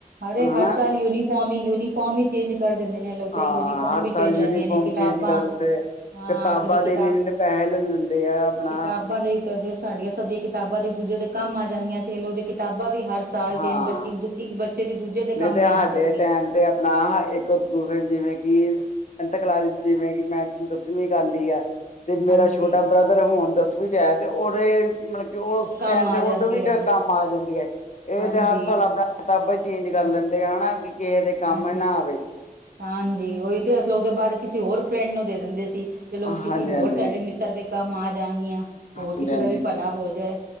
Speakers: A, on the right (about 85°); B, on the left (about 50°).
A: ਹਰੇ ਹਰ
B: ਹਨਾ
A: ਸਾਲ ਯੂਨੀਫਾਰਮ ਹੀ ਯੂਨੀਫਾਰਮ ਹੀ ਚੇਂਜ ਕਰ ਦਿੰਦੇ ਨੇ ਲ
B: ਹਾਂ
A: ਯੂਨੀਫਾਰਮ
B: ਹਰ
A: ਵੀ
B: ਸਾਲ
A: ਚੇਂਜ ਹੋ
B: ਯੂਨੀਫਾਰਮ
A: ਜਾਂਦੀਆਂ ਨੇ ਕਿਤਾਬਾਂ
B: ਚੇਂਜ ਕਰ ਦਿੰਦੇ
A: ਹਾਂ
B: ਕਿਤਾਬਾਂ
A: ਕਦੀ ਕਿਤਾਬ,
B: ਦੇ ਇੰਨੇ-ਇੰਨੇ ਪੈਸੇ ਲੈ ਲੈਂਦੇ ਆ ਆਪਣਾ
A: ਕਿਤਾਬਾਂ ਦੇ ਵੀ ਪੈਸੇ ਸਾਡੀਆਂ ਸਭ ਦਿਆਂ ਕਿਤਾਬਾਂ ਤੇ ਇਕ ਦੂਜੇ ਦੇ ਕੰਮ ਆ ਜਾਂਦੀਆਂ ਸੀ ਉਹਦੇ ਕਿਤਾਬਾਂ ਵੀ ਹਰ ਸਾਲ
B: ਹਾਂ
A: ਚੇਂਜ ਬੱਚੇ ਇੱਕ ਬੱਚੇ ਦੀ ਦੂਜੇ ਦੇ ਕੰਮ
B: ਨਹੀਂ ਤੇ
A: ਨੀ
B: ਸਾਡੇ
A: ਆ ਸਕਦੀ
B: ਟੈਮ ਤੇ ਆਪਣਾ ਇੱਕ ਦੂਸਰੇ ਜਿਵੇਂ ਕੀ ਟੈਂਥ ਕਲਾਸ ਜਿਵੇਂ ਕਿ ਮੈਂ ਦਸਵੀਂ ਕਰ ਲਈ ਹੈ ਤੇ
A: ਹਾਂਜੀ,
B: ਮੇਰਾ ਛੋਟਾ ਬ੍ਰਦਰ ਹੁਣ ਦਸਵੀਂ ਚ ਹੋਇਆ ਤੇ ਉਹਦੇ ਮਤਲਬ ਕਿ ਉਸ
A: ਉਹ ਕੰਮ
B: ਟਾਇਮ
A: ਆ
B: ਤੇ
A: ਜਾਂਦੀਆਂ
B: ਉਦੋਂ ਵੀ
A: ਨੇ
B: ਕੰਮ ਆ ਜਾਂਦੀ ਹੈ, ਇਹ
A: ਹਾਂਜੀ,
B: ਤੇ ਹਰ ਸਾਲ ਆਪਣਾ ਕਿਤਾਬਾਂ ਚੇਂਜ ਕਰ
A: ਹਾਂ
B: ਲੈਂਦੇ ਆ ਨਾ ਕਿ ਕਿਸੇ ਦੇ ਕੰਮ
A: ਹਾਂਜੀ
B: ਨਾਂ ਆਵੇ
A: ਹਾਂਜੀ ਉਹੀ ਤੇ ਅਸੀ ਉਹਦੇ ਬਾਅਦ ਕਿਸੇ ਹੋਰ ਫਰੈਂਡ ਨੂੰ ਦੇ ਦਿੰਦੇ ਸੀ ਚਲੋ ਕਿਸੇ
B: ਹਾਂਜੀ-ਹਾਂਜੀ,
A: ਹੋਰ ਸਾਡੇ ਮਿੱਤਰ ਮਿੱਤਰ ਦੇ ਕੰਮ ਆ ਜਾਣਗੀਆਂ,
B: ਹਾਂਜੀ-ਹਾਂਜੀ
A: ਹੋਰ ਕਿਸੇ ਦਾ ਵੀ ਭਲਾ ਹੋ ਜਾਏ